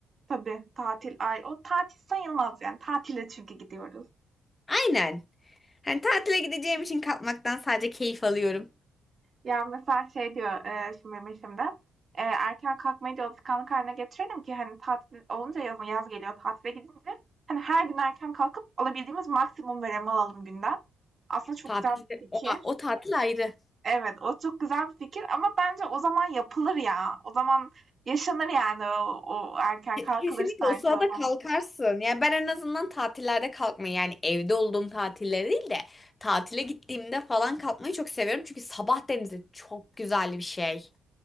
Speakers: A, on the right (about 40°); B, on the left (about 25°).
A: Tabii tatil ay o tatil sayılmaz yani tatile çünkü gidiyoruz.
B: Aynen. Hani tatile gideceğim için kalkmaktan sadece keyif alıyorum.
A: Ya mesela şey diyor e, şimdi benim eşim de e, erken kalkmayı diyor alışkanlık haline getirelim ki hani tatil olunca yazın yaz geliyor tatile gidince hani her gün erken kalkıp alabildiğimiz maksimum verimi alalım günden. Aslında çok
B: Tatilde
A: güzel bir fikir.
B: o, o tatil ayrı.
A: Evet o çok güzel bir fikir ama bence o zaman yapılır ya. O zaman yaşanır yani o, o erken
B: Ke-
A: kalkılır
B: Kesinlikle
A: sanki
B: o sırada
A: o zaman.
B: kalkarsın. Yani ben en azından tatillerde kalkmayı yani evde olduğum tatiller değil de tatile gittiğimde falan kalkmayı çok seviyorum. Çünkü sabah denizi çok güzel bir şey.